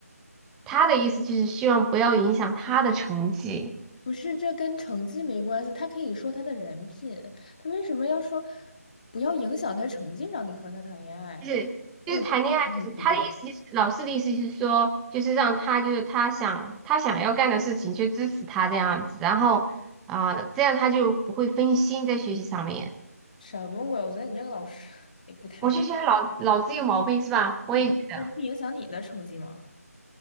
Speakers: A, in the centre; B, on the left (about 30°).
A: 他的意思就是希望不要影响他的成绩，
B: 不是，这跟成绩没关系，他可以说他的人品，他为什么要说不要影响他成绩，让你和他谈恋爱？
A: 就是就是谈恋爱，
B: 我觉得很奇怪，
A: 就是他的意思就是老师的意思就是说，就是让他就是他想他想要干的事情就支持他这样子，然后啊、呃这样他就不会分心在学习上面。
B: 什么鬼？我觉得你这个老师也不太
A: 我就觉得老老子有毛病是吧？我也觉得，
B: 你，那不影响你的成绩吗？